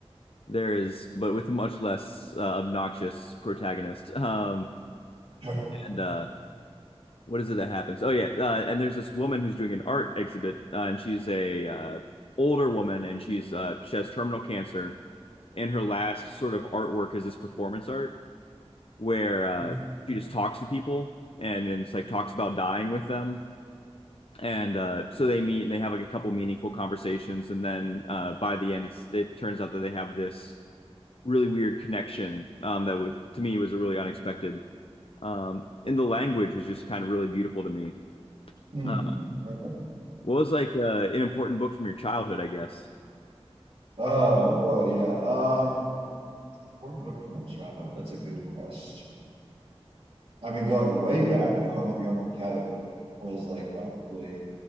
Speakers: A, on the left; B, on the right.
A: there is, but with a much less uh, obnoxious protagonist. Um,
B: <laughs> sure.
A: and uh, what is it that happens? Oh yeah, uh, and there's this woman who's doing an art exhibit, uh, and she's a uh, older woman, and she's uh, she has terminal cancer, and her last sort of artwork is this performance art where uh,
B: Mm,
A: she just talks to people and, and it's like talks about dying with them. And uh, so they meet and they have like a couple meaningful conversations. And then uh, by the end, it's, it turns out that they have this really weird connection um, that w to me was a really unexpected. Um, and the language was just kind of really beautiful to me.
B: mm,
A: Uh,
B: right. on.
A: what was like uh, an important book from your childhood, I guess? <laughs>
B: Oh boy, yeah. Um, important book from my childhood. That's a good question. I mean, going way back, The Hungry Hungry Caterpillar was like probably